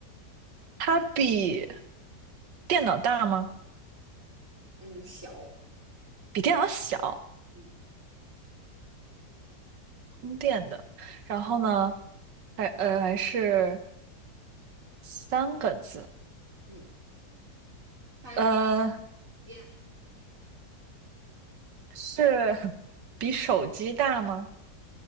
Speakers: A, on the right (about 85°); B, on the right (about 50°).
A: 它比电脑大吗？
B: 嗯，小，
A: 比电脑小，
B: 嗯
A: 充电的。然后呢，还呃还是三个字，
B: 嗯，它不
A: 呃
B: 电
A: 是 <laughs> 比手机大吗？